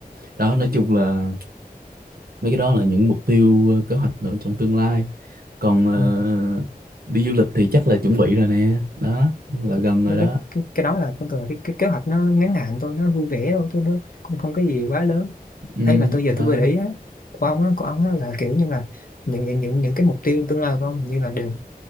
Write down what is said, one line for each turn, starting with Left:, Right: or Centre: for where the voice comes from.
Right: đó nói chung là mấy cái đó là những mục tiêu ờ, kế hoạch ở trong tương lai còn ờ,
Left: ừ.
Right: đi du lịch thì chắc là chuẩn bị rồi nè đó là
Left: Cô-
Right: gần rồi đó
Left: cái, cái, cái đó là con tưởng là cái, cái kế hoạch nó ngắn hạn thôi nó vui vẻ thôi tôi nó không không cái gì quá lớn
Right: ừ,
Left: hay mà tôi giờ
Right: đó.
Left: tôi vừa để ý á của ông á của ông á là kiểu như là những những những những cái mục tiêu tương lai của ông như là đều